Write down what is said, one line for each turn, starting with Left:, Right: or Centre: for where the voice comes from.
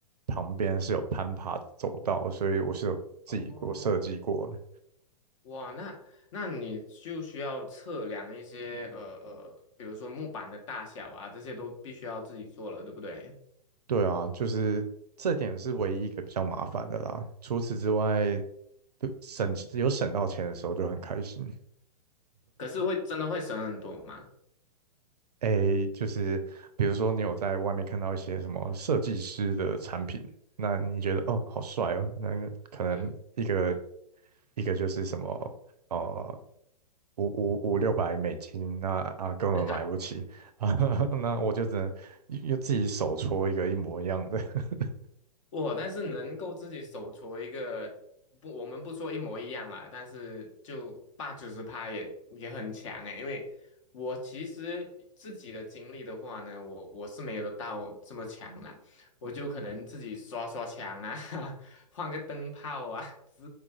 Right: 旁边是有攀爬的走道，所以我是有自己过设计过的。
Left: 哦，哇，那那你就需要测量一些呃呃，比如说木板的大小啊，这些都必须要自己做了，对不对？
Right: 对啊，就是这点是唯一一个比较麻烦的啦。除此之外，就省有省到钱的时候就很开心。
Left: 可是会真的会省很多吗？
Right: 诶，就是比如说你有在外面看到一些什么设计师的产品，那你觉得哦好帅哦，那个可能一个
Left: 对。
Right: 一个就是什么哦五五五六百美金，那啊根本买不起啊，
Left: <laughs>
Right: <laughs> 那我就只能又又自己手搓一个一模一样的，<laughs>
Left: 我但是能够自己手搓一个，不，我们不说一模一样啦，但是就八九十趴也也很强诶，因为我其实自己的经历的话呢，我我是没有到这么强啦，我就可能自己刷刷墙啊，<laughs> 换个灯泡啊之